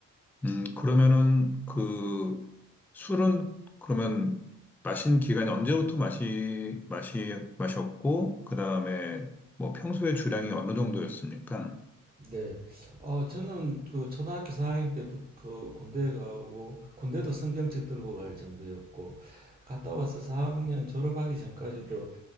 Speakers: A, in the centre; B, on the right.
A: 음, 그러면은 그 술은 그러면 마신 기간이 언제부터 마시, 마시, 마셨고, 그 다음에 뭐 평소에 주량이 어느 정도였습니까?
B: 네. 어, 저는 그 초등학교 4학년 때부터 군대 가고, 군대도 성경책 들고 갈 정도였고, 갔다 와서 4학년 졸업하기 전까지도